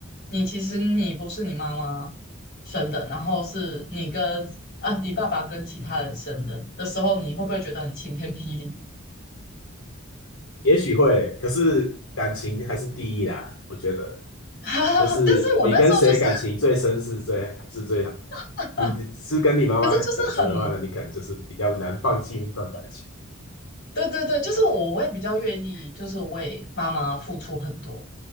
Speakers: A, on the left; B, on the left.
A: 你其实你不是你妈妈生的，然后是你跟啊你爸爸跟其他人生的的时候，你会不会觉得很晴天霹雳？
B: 也许会，可是感情还是第一啦，我觉得。
A: <laughs> 但是我那时候就是。
B: 就是你跟谁感情最深是最还是最好的？
A: <laughs>
B: 你是跟你妈妈感情很深的话呢，
A: 可是就是很
B: 你可能就是比较难放弃那段感情。
A: 对对对，就是我会比较愿意，就是为妈妈付出很多，